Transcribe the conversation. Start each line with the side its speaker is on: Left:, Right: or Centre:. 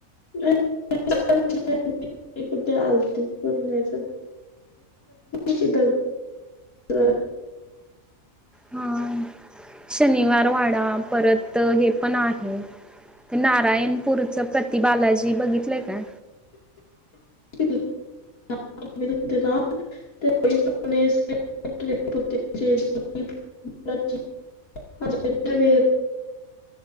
Left: <unintelligible> आलतीोलण्या चि अ
Centre: हा शनिवार वाडा परत हे पण आहे ते नारायणपूरच प्रति बालाजी बघितलंय का
Left: <unintelligible> ना ते <unintelligible> हज व